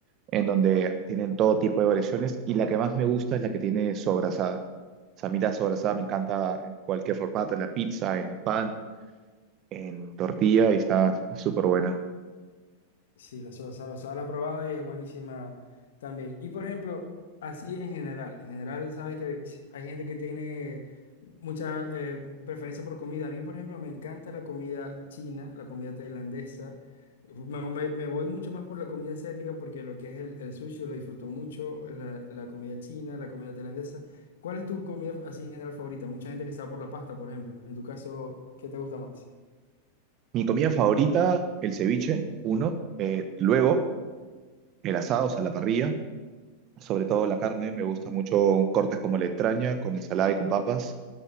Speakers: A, on the right (about 35°); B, on the left (about 60°).
A: en donde tienen todo tipo de variaciones. Y la que más me gusta es la que tiene sobrasada. O sea, a mí la sobrasada
B: Ujú.
A: me encanta en cualquier formato, en la pizza, en pan, en tortilla, y está súper buena.
B: Sí, la soda saba, soda la he probado y es buenísima también. Y por ejemplo, así en general, en general, sabes que hay gente que tiene mucha eh, preferencia por comida. A mí, por ejemplo, me encanta la comida china, la comida tailandesa. Me, me- me voy mucho más por la comida asiática porque lo que es el, el sushi lo disfruto mucho, la, la comida china, la comida tailandesa. ¿Cuál es tu comida así en general favorita? Mucha gente que está por la pasta, por ejemplo. En tu caso, ¿qué te gusta más?
A: Mi comida favorita, el ceviche, uno. Eh, luego, el asado, o sea, la parrilla. sobre todo la carne, me gusta mucho cortes como la entraña, con ensalada y con papas.